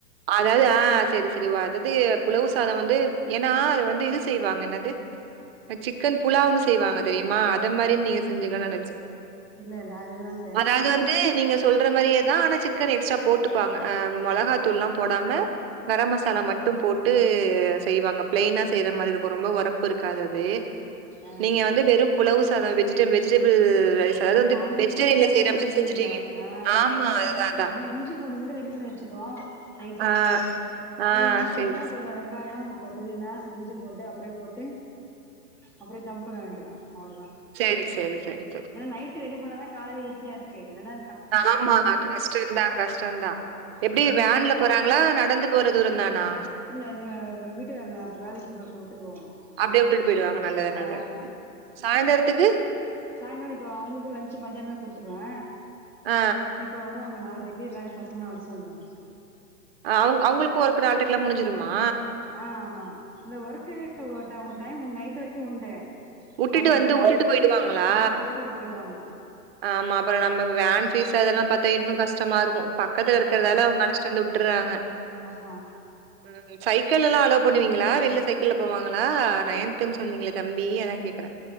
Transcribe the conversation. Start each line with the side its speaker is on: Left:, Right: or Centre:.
Right: அதாவது ஆ சேரி சேரி வா அதாவது புலவு சாதம் வந் து எனா அது வந்து இது செய்வாங்க என்னாது சிக்கன் புலாவ்னு செய்வாங்க தெரியுமா அது மாதிரி நீங்க செஞ்சுங்ளேனு நினைச்சே
Centre: இல்ல இல்ல அதுலா செய்ய மாட்டோ
Right: அதாவது வந் து நீங்க சொல்ற மாதிரியேதா ஆனா சிக்கன் எக்ஸ்ட்ரா போட்டுப்பாங்க ஆ மெளகாத்தூள் எல்லா போடாம கரம் மசாலா மட்டும் போட்டு செய்வாங்க பிளைன்னா செய்யிற மாரி இருக்கு ரொம்ப ஒரப்பு இருக்காது அது
Centre: ஆ
Right: நீங்க வந்து வெறும் புழவு சாதம் வெஜிட வெஜிடபிள் ரைஸ்
Centre: நம்ம
Right: அதாவது வந்து
Centre: காலையில
Right: வெஜிடேரியன்ல
Centre: டக்குன்னு அதானே
Right: செய்ற மாரி
Centre: செய்ய
Right: செஞ்சுட்டீங்க.
Centre: முடியு ஆ
Right: ஆமா. அதான் அதான்.
Centre: சும்மா இஞ்சி பூண்டு மட்டு ரெடி பண்ணி வச் சிப்போ நைட்டு
Right: ஆ,
Centre: காலைய
Right: ஆ
Centre: எந்தச்சோனா
Right: சரி.
Centre: கொஞ்சோ வெங்காயோ இப்ப புதினா இஞ்சி போட்டு அப்டியே போட்டு அப்டியே தம் பண்ண வேண்டியது தா அவ்ளதா
Right: சேரி சேரி சேரி தோ
Centre: நைட் ரெடி பண்ணாதா காலைல ஈஸியா இருக்கு என்னனா
Right: ஆமா கஷ்டோதா கஷ்டோதா எப்டி
Centre: எ தம்
Right: வேன்ல போறாங்களா நடந்து போற தூரம்தானா
Centre: இல்ல எங்க எ வீட்டுக்காரருங்க அப்ப வேலைக்கு போம்போது அப்டியே விட்டு போவாங்க
Right: அப்டியே விட்டுட்டு போயிடுவாங்க நல்லது
Centre: ஆ
Right: நல்லது சாயந்தரத்துக்கு
Centre: சாயங்காலம் இப்ப அவங்களுக்கு லஞ்சு மதியானமே கொடுத்துருவே
Right: ஆ
Centre: இப்ப வருவாங்க நால்ரைக்கு எல்லாரு பசங்கள அழச்சுடு வந்துருவாங்க
Right: ஆ அவுங் அவங்களுக்கு ஓர்க் நால்ரைக்கெல்லா முடிஞ்சு ருமா
Centre: ஆ ஆமா இல்ல ஒர்க்க இருக்கு டைம் நைட் வரைக்கு உண்டு
Right: வுட்டுட்டு
Centre: அவங்களுதெல்லா
Right: வந்து வுட்டுட்டு போயிடுவாங்களா
Centre: ஆ வுட்டுட்டு போயிடுவாங்க
Right: ஆமா அப்றம் நம்ம வேன் பீஸ் அதெல்லா பாத்தா இன்னு கஷ் டமா இருக்கு பக்கத்துல இருக்கிறதால
Centre: ஆமா
Right: அவங்க அழச்சிட்டு வந்து விட்டுறாங்க
Centre: ஆமா
Right: ம் சைக்கிள் எல்லா அலோ பண்ணுவீங்களா வெளில சைக்கிள்ல போவாங்களா நயன் துன்னு சொன்னீங்களே தம்பி அதா கேக்குறே